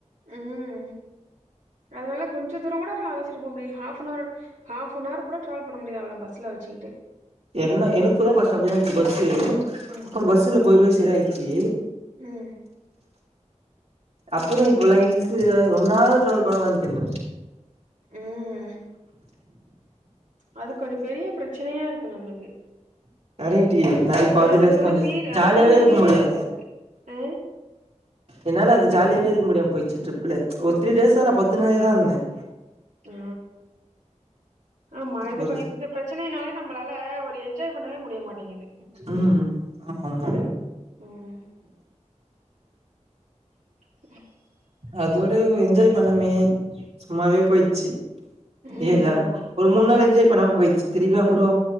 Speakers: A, on the right; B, on the right.
A: ம் அதனால கொஞ்ச தூர கூட அவள அழச்சிட்டு போ முடியா ஹாஃப நவர் ஹாஃப நவர் கூட டிராவல் பண்ண முடியாது அவள பஸ்ல வச்சுகிட்டு
B: என்ன எனக்கு தா பஷ்சு அப்டிதா இந்துச்சு பஸ்ஸு
A: ம்
B: அப்புற பஸ்ஸுல போய் போய் சரியா ஆயிச்சு
A: ம்
B: அப்புற இப்பலா ஹில்ஸு ரொம்ப நாள் டிராவல் பண்ணா வாமிட் வந்துரு
A: ம் அது கொஞ்ச பெரிய பிரச்சனையா இருக்கு நம்மளுக்கு
B: <inaudible> கரெக்டிது நா இப்போ அதுல
A: அதுக்கு வந்து
B: கொஞ்ச
A: தீர்
B: ஜாலியாவே
A: அதுக்கு வந்து
B: இருக்க
A: முடியவே
B: முடில
A: இல்ல போல இருக்கு ஆ
B: என்னால அது ஜாலியாவே இருக்க முடியாம போயிச்சு ரிப்புல ஒரு த்ரீ டேஷ நா பத்துனே தா இருந்தே பத்துகனேஇருந்தேன்
A: ஆ ஆமா இது
B: ஒரு
A: <unintelligible> பிரச்சனைனாலே நம்மளால ஒரு என்ஜாய் பண்ணவே முடிய மாட்டேங்குது
B: ம் ஆமா
A: ம் <inaudible>
B: அதோடு என்ஜாய் பண்ணாமயே சும்மாவே போயிச்சு
A: ம்
B: ஏழு நாலு
A: ஆமா
B: ஒரு மூணு
A: ஆமா
B: நாள் என்ஜாய் பண்ணாம போயிடுசு திருப்பி அப்புறோ